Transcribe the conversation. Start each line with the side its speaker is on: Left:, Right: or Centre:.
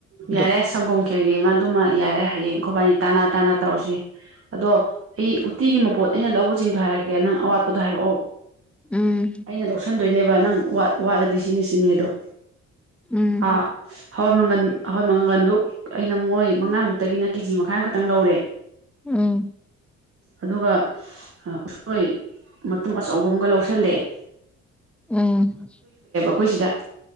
Right: ꯌꯥꯔꯦ
Centre: ꯑꯗꯨ
Right: ꯁꯪꯒꯣꯝ ꯈꯦꯔꯒꯤ ꯑꯃ ꯑꯗꯨꯃ ꯌꯥꯔꯦ ꯍꯌꯦꯡ ꯑꯩꯈꯣꯏꯕꯅꯤ ꯇꯅꯥ ꯇꯥꯅ ꯇꯧꯔꯁꯤ ꯑꯗꯣ ꯑꯩ ꯎꯇꯤꯒꯤ ꯃꯄꯣꯠ ꯑꯩꯅ ꯂꯧꯕꯁꯤꯡꯗꯣ ꯍꯥꯏꯔꯛꯀꯦ ꯅꯪ ꯑꯋꯥꯠꯄꯗꯣ ꯍꯥꯏꯔꯛꯑꯣ
Centre: ꯎꯝ
Right: ꯑꯩꯅ ꯂꯧꯁꯟꯗꯣꯏꯅꯦꯕ ꯅꯪ ꯋꯥꯠ ꯋꯥꯠꯂꯗꯤ ꯁꯤꯅꯤ ꯁꯤꯅꯦ ꯑꯗꯣ
Centre: ꯎꯝ
Right: ꯑ ꯍ ꯃꯪꯒꯟ ꯑꯍꯣꯏ ꯃꯉꯒꯜꯗꯨ ꯑꯩꯅ ꯃꯣꯏ ꯃꯉꯥꯃꯨꯛꯇꯒꯤꯅ ꯀꯦꯖꯤ ꯃꯈꯥꯏ ꯑꯃꯈꯛꯇꯪ ꯂꯧꯔꯦ
Centre: ꯎꯝ
Right: ꯑꯗꯨꯒ ꯎꯁꯣꯏ ꯃꯇꯨꯝ ꯑꯆꯧꯕ ꯑꯃꯒ ꯂꯧꯁꯤꯜꯂꯛꯑꯦ
Centre: ꯎꯝ
Right: ꯑꯩꯈꯣꯏ ꯁꯤꯗ